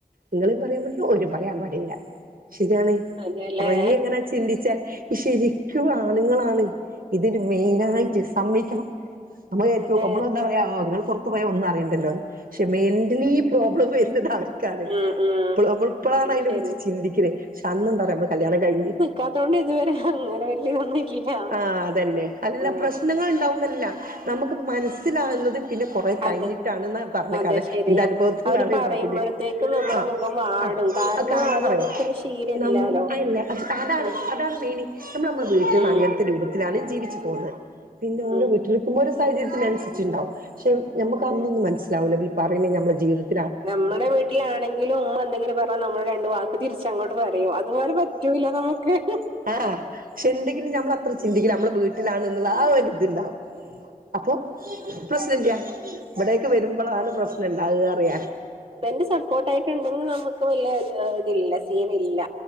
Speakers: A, on the right; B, on the right.
A: നിങ്ങളേം പറയാ പറ്റില്ല ഓരേം പറയാ പാടില്ല ശരിയാണേ
B: അതെല്ലേ
A: കുറെ ഇങ്ങനെ ചിന്തിച്ചാൽ ശരിക്കും ആണുങ്ങളാണ് ഇതിന് മെയിനായിട്ട്
B: ഉം
A: സമ്മെയ്ക്കണം നമ്മളേറ്റു
B: അതെ
A: നമ്മള് എന്താ പറയാ ങ്ങള് പൊറത്ത് പോയ ഒന്നും അറിയണ്ടല്ലോന്ന് പക്ഷെ മെന്റ്ലി പ്രോബ്ലം വരുന്നത് അവർക്കാണ്
B: ഉം ഉം
A: ഇപ്പള് നമ്മൾ ഇപ്പളാണ്
B: അത്
A: അയിന
B: ശരി
A: കുറിച്ച് ചിന്തിക്ക്ണെ ശ അന്ന്ന്താറിയോ നമ്മള് കല്യാണം കഴിഞ്ഞ്
B: കാത്തോണ്ട് ഇതുവരെ അങ്ങനെ <unintelligible>
A: ആ അതന്നെ അല്ല
B: ആ
A: പ്രശ്നങ്ങള് ഇണ്ടാവുന്നല്ല നമക്ക് മനസ്സിലാക്ന്നത് പിന്നെ കൊറേ കഴിഞ്ഞിട്ടാണ്ന്ന
B: അതെ
A: പറഞ്ഞെകാരം
B: അതെ ശരിയാ
A: എന്റ അനുഭവത്ത്ന്നാണ്
B: അവര് പറയുമ്പോഴത്തേക്കും
A: ഈ പറെണെ
B: നമ്മുടെ
A: ആ
B: മുഖം വാടും
A: അ
B: കാരണം
A: അ കാരണന്താറിയോ
B: അത് നമുക്കന്നെ ശീലമില്ലാലോ
A: നമ്മ് അയില്ലെ അതാണ്
B: ആ
A: അതാണ് മെയിന് നമ്മള് നമ്മള വീട്ടിന്ന്
B: ഉം
A: അങ്ങ നത്ത രൂപത്തിലാണ് ജീവിച്ച് പോന്നത് പിന്ന ഓരോവീട്ടിലും
B: ഉം
A: പിന്നോര് സാഹചര്യത്തിനനുസിച്ച്ണ്ടാവും ക്ഷം ഞമ്മക്കന്നൊന്നും
B: അതെ
A: മനസ്സിലാവൂല്ല ഇവര് പറയുന്നണെ ഞമ്മടെ ജീവിതത്തെ
B: നമ്മടെ വീട്ടിലാണെങ്കിലും ഉമ്മ എന്തെങ്കിലും പറഞ്ഞാ നമ്മള് രണ്ട് വാക്ക് പുതിര്ച്ചങ്ങോട്ട് പറയും അതുപോലെ പറ്റൂല നമക്ക് ഹ്
A: ആ ചിന്തിക്കണം നമ്മള് അത്ര ചിന്തിക്കില്ല നമ്മടെ വീട്ട ലാണ് എന്നുള്ള ആ ഒരു ഇത് ഉണ്ടാവും അപ്പൊ
B: ആഹ്
A: പ്രശ്നല്ല്യ ഇവിടേക്ക് വരുമ്പോളാണ് പ്രശ്നം ഉണ്ടാവാ അറിയാ
B: ന്റെ സപ്പോർട്ട് ആയിട്ടുണ്ടെങ്കിൽ നമുക്ക് വല്ല്യ ഇതില്ല സീനല്ല